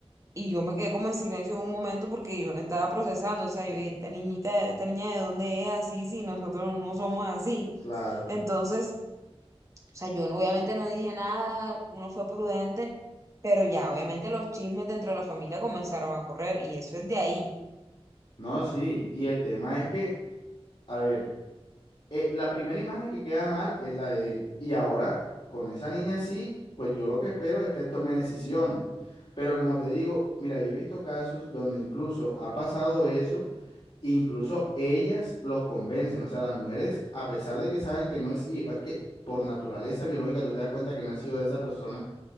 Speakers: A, on the right (about 30°); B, on the left (about 55°).
A: Y yo me quedé como en silencio en un momento porque yo no estaba procesando. O sea, yo dije, esta niñita, esta niña de dónde es así si nosotros no somos así.
B: Claro.
A: Entonces, o sea, yo no- obviamente no dije nada, uno fue prudente, pero ya, obviamente los chismes dentro de la familia comenzaron a correr y eso es de ahí.
B: No, sí. Y el tema es que, a ver, eh, la primera imagen que queda mal es la de él. Y ahora, con esa niña sí, pues yo lo que espero es que él tome decisiones. Pero como te digo, mira, yo he visto casos donde incluso ha pasado eso Incluso ellas los convencen, o sea, las mujeres, a pesar de que saben que no es hijo, es que por naturaleza biológica tú te das cuenta que no es hijo de esa persona